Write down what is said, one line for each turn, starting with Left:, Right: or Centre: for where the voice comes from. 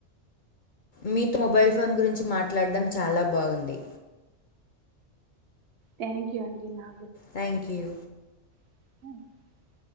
Left: మీతో మొబైల్ ఫోన్ గురిం నుంచి మాట్లాడడం చాలా బాగుంది.
Right: థ్యాంక్ యూ అండి నా
Left: థ్యాంక్ యూ
Right: <inaudible>